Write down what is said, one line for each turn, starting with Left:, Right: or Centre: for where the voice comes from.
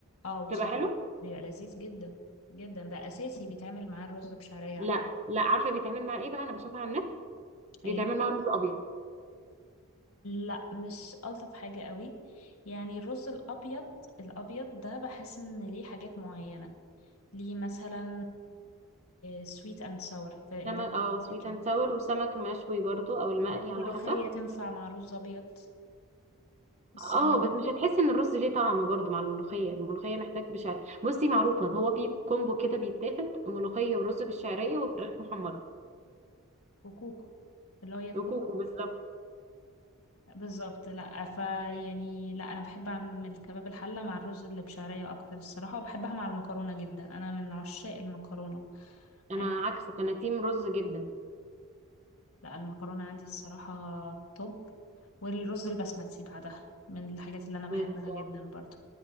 Left: اه وصد
Right: بتبقى حلو
Left: بيبقى لذيذ جدا جدا ده اساسي بيتعمل معاه الرز بشعريه
Right: لا
Left: على فكره
Right: لا عارفه بيتعمل مع ايه بقى انا بشوفها على النت بيتعمل
Left: ايه
Right: مع رز ابيض
Left: لا مش الطف حاجه قوي يعني الرز الابيض الابيض ده بحس ان ليه حاجات معينه ليه مثلا سويت اند ساور في
Right: سمك
Left: اللي
Right: اه سويت
Left: هي كده
Right: اند ساور وسمك مشوي برضو او المقلي
Left: ملوخية
Right: على حسب
Left: تنفع مع رز أبيض السمك
Right: اه بس مش هتحسي ان الرز ليه طعم برضو مع الملوخيه الملوخيه محتاج بشعريه بصي معروفه هو في كومبو كده بيتاخد ملوخيه ورز بالشعريه وفراخ محمره
Left: وكوكو اللي هو يا كوكو
Right: وكوكو بالظبط
Left: بالظبط لا فيعني لا أنا بحب أعمل كباب الحلة مع الرز اللي بشعرية أكتر الصراحة وبحبها مع المكرونة جدا أنا من عشاق المكرونة
Right: انا
Left: أي
Right: عكسك انا تيم رز جدا
Left: لا المكرونة عندي الصراحة توب والرز البسمتي بعدها من الحاجات اللي أنا بحبها
Right: بالظبط
Left: جدا برضه